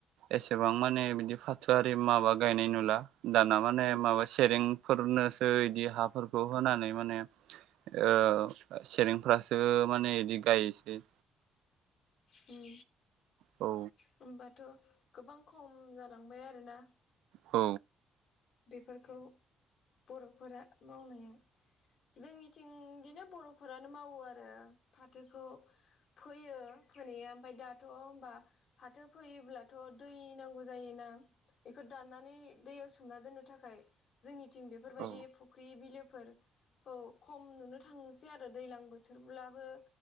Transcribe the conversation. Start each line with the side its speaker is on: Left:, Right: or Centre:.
Right: एसेबां माने बिदि फाथोयारि माबा गायनाय नुला। दाना माने
Left: उम उम
Right: माबा सेरेंफोरनोसो इदि हाफोरखौ होनानै माने ओ ओ सेरेंफ्रासो माने इदि गायसै
Left: उम।
Right: औ
Left: होनबाथ' गोबां खम जालांबाय आरोना।
Right: औ।
Left: बेफोरखौ बर'फोरा मावनो जोंनिथिं बिदिनो बर'फोरानो मावो आरो फाथोखौ फोयो फोनया ओमफ्राय दाथ' होबा फाथो फैयोब्लाथ' दै नांगौ जायोना इखो दनानै दैयाव सोमना दोननो थाखाय जोंनिथिं बेफोरबायदि
Right: औ
Left: फख्रि बिलोफोर फोर खौ खम नुनो थांसै आरो दैज्लां बोथोरब्लाबो